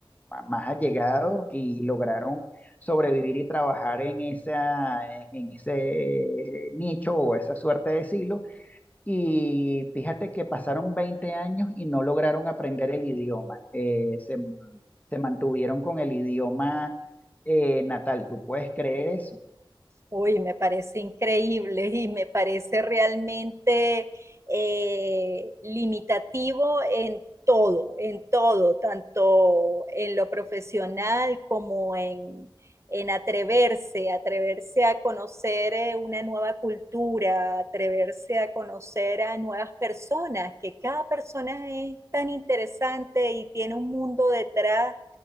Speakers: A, on the left (about 15°); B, on the right (about 30°).
A: más allegados y lograron sobrevivir y trabajar en esa, en ese nicho o esa suerte de silo y fíjate que pasaron 20 años y no lograron aprender el idioma. Eh, se, se mantuvieron con el idioma eh, natal. ¿Tú puedes creer eso?
B: Uy, me parece increíble y me parece realmente eh, limitativo en todo, en todo, tanto en lo profesional como en, en atreverse, atreverse a conocer eh, una nueva cultura, atreverse a conocer a nuevas personas, que cada persona es tan interesante y tiene un mundo detrás